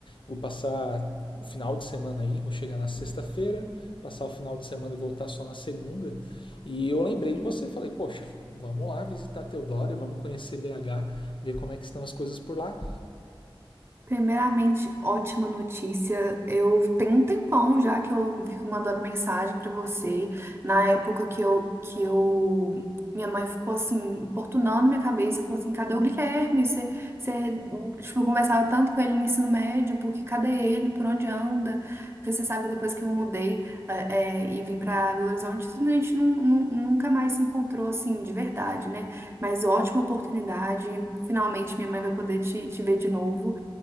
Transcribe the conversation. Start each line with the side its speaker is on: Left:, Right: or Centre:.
Left: Vou passar o final de semana aí, vou chegar na sexta-feira, passar o final de semana e voltar só na segunda. E eu lembrei de você, falei, poxa, vamos lá visitar Teodoro, vamos conhecer BH, ver como é que estão as coisas por lá.
Right: Primeiramente, ótima notícia. Eu tenho um tempão já que eu fico mandando mensagem pra você. Na época que eu, que eu, minha mãe ficou assim, importunando minha cabeça, falou assim: cadê o Guilherme? Você, você, tipo, conversava tanto com ele no ensino médio, porque cadê ele? Por onde anda? Porque você sabe que depois que eu mudei, eh, eh, e vim pra Belo Horizonte, a gente nu- nu- nunca mais se encontrou assim, de verdade, né? Mas ótima oportunidade. Finalmente minha mãe vai poder te, te ver de novo.